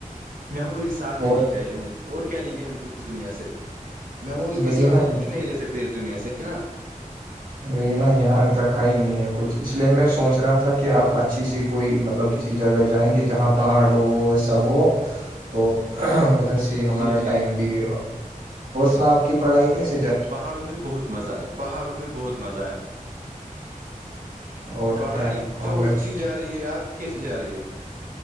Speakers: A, on the right; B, on the right.
A: میموری ساتھ لینی
B: اور
A: چاہیے ہمیں اور کیا لیں گے ہم اس دنیا سے ممورز
B: وہی
A: کے سوا
B: نا
A: ہم کچھ نہیں لے سکتے اس دنیا سے ہے نا
B: وہ یہ نا یہاں رکھا ہی نہیں ہے کچھ اس لیے میں سوچ رہا تھا کہ اب اچھی سی کوئی مطلب کسی جگہ جائیں گے جہاں پہاڑ ہو وہ سب ہو تو ادھر سے ہمارا
A: جی جی
B: ٹائم بھی اور سنا آپ کی پڑھائی کیسی
A: پہاڑوں میں بہت مزہ آئے پہاڑوں میں بہت مزہ آیا
B: اور
A: پڑھائی
B: کیا ہے ہم
A: تو
B: میں
A: اچھی جا رہی ہے آپ کی کیسے جا رہی ہے